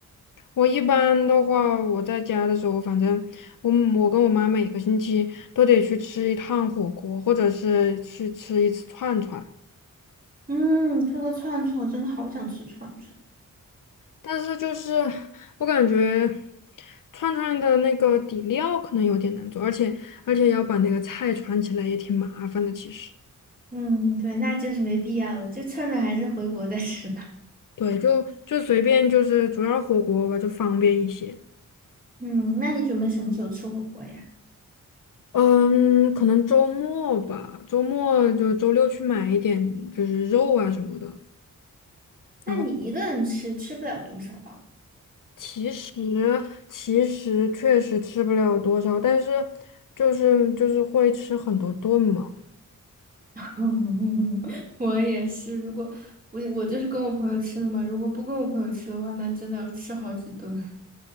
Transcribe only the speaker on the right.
嗯，吃个串串，真的好想吃串串。
嗯，对，那真是没必要了，就串串还是回国再吃吧。
嗯，那你准备什么时候吃火锅呀？
那你一个人吃，吃不了多少吧？
嗯，<laughs> 我也是，如果我我就是跟我朋友吃的嘛，如果不跟我朋友吃的话，那真的要吃好几顿。<laughs>